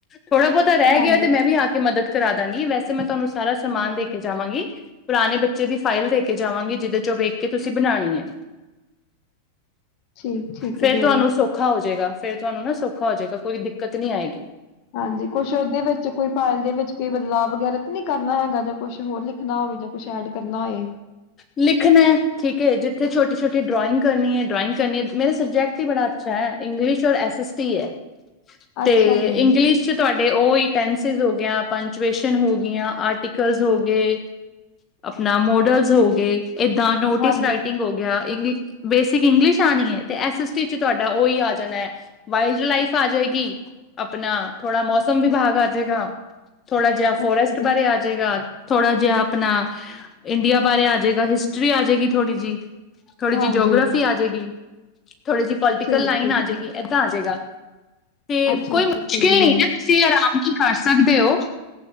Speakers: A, on the left; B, on the left.
A: ਥੋੜਾ ਬਹੁਤਾ ਰਹਿ
B: ਹਾਂਜੀ
A: ਗਿਆ ਤੇ ਮੈਂ ਵੀ ਆ ਮਦਦ ਕਰਾ ਦਾਂਗੀ ਵੈਸੇ ਮੈਂ ਤੁਹਾਨੂੰ ਸਾਰਾ ਸਮਾਨ ਦੇ ਕੇ ਜਾਵਾਂਗੀ ਪੁਰਾਣੇ ਬੱਚੇ ਬੱਚੇ ਦੀ ਫਾਈਲ ਦੇ ਕੇ ਜਾਵਾਂਗੀ ਜਿਹਦੇ ਚੋਂ ਵੇਖ ਕੇ ਤੁਸੀਂ ਬਣਾਣੀ ਹੈ।
B: ਠੀਕ ਠੀਕ
A: ਫਿਰ
B: ਜੇ
A: ਤੁਹਾਨੂੰ ਸੌਖਾ ਹੋ ਜਾਏਗਾ ਫਿਰ ਤੁਹਾਨੂੰ ਨਾ ਸੌਖਾ ਹੋ ਜਾਏਗਾ ਕੋਈ ਦਿੱਕਤ ਨਹੀਂ ਆਏਗੀ
B: ਹਾਂਜੀ ਕੁਛ ਉਹਦੇ ਵਿੱਚ ਕੋਈ ਫਾਈਲ ਦੇ ਵਿੱਚ ਕੋਈ ਬਦਲਾਵ ਵਗੈਰਾ ਤਾਂ ਨਹੀਂ ਕਰਨਾ ਹੈਗਾ ਜਾਂ ਕੁਛ ਹੋਰ ਲਿਖਣਾ ਹੋਵੇ ਜਾਂ ਕੁਛ ਐਡ ਕਰਨਾ ਹੋਏ
A: ਲਿਖਣਾ ਹੈ ਠੀਕ ਹੈ ਜਿੱਥੇ ਛੋਟੀ ਛੋਟੀ ਡਰਾਇੰਗ ਕਰਨੀ ਹੈ ਡਰਾਇੰਗ ਕਰਨੀ ਹੈ ਮੇਰੇ ਸਬਜੈਕਟ ਬੜਾ ਅੱਛਾ ਇੰਗਲਿਸ਼ ਔਰ ਐਸ ਐਸ ਟੀ ਹੈ
B: ਅੱਛਾ
A: ਤੇ ਇੰਗਲਿਸ਼
B: ਜੀ
A: ਇੰਗਲਿਸ਼ ਵਿਚ ਤੁਹਾਡੇ ਟੇਂਸਿਸ ਹੋ ਗਏ ਪੰਚੁਏਸ਼ਨ ਹੋ ਗਈ ਆ ਆਰਟੀਕਲ ਹੋ ਗਏ ਆਪਣਾ ਮੋਡਲਸ ਹੋ ਗਏ ਏਦਾਂ ਨੋਟਿਸ
B: ਹਾਂਜੀ
A: ਰਾਈਟਿੰਗ ਹੋ ਗਿਆ। ਬੇਸਿਕ ਇੰਗਲਿਸ਼ ਆਉਣੀ ਹੈ ਤੇ ਐਸ ਐਸ ਟੀ ਚ ਤੁਹਾਡਾ ਉਹੀ ਆ ਜਾਣਾ ਹੈ ਵਾਈਲਡ ਲਾਈਫ ਆ ਜਾਏਗੀ ਆਪਣਾ ਥੋੜ੍ਹਾ ਮੌਸਮ ਵਿਭਾਗ ਆ ਜਾਏਗਾ ਥੋੜਾ ਜਿਹਾ ਫੋਰਸਟ
B: ਅੱਛਾ ਜੀ
A: ਬਾਰੇ ਆ ਜਾਏਗਾ ਥੋੜਾ ਜਿਹਾ ਆਪਣਾ ਇੰਡੀਆ ਬਾਰੇ ਆ ਜਾਏਗਾ ਹਿਸਟਰੀ ਆ ਜਾਏਗੀ ਥੋੜੀ ਜਿਹੀ ਥੋੜੀ
B: ਹਾਂਜੀ
A: ਜਿਹੀ ਜੋਗ੍ਰਾਫੀ ਆ ਜਾਏਗੀ ਥੋੜੀ ਜਿ ਪੋਲੀਟੀਕਲ
B: ਠੀਕ
A: ਲਾਈਨ
B: ਠੀਕ
A: ਆ ਜਾਏਗੀ
B: ਜੀ
A: ਏਦਾਂ ਆ ਜਾਏਗਾ ਤੇ
B: ਅੱਛਾ
A: ਕੋਈ
B: ਅੱਛਾ
A: ਮੁਸ਼ਕਿਲ
B: ਠੀਕ
A: ਨਹੀਂ
B: ਜੀ
A: ਹੈ ਤੁਸੀਂ ਆਰਾਮ ਨਾਲ ਕਰ ਸਕਦੇ ਹੋ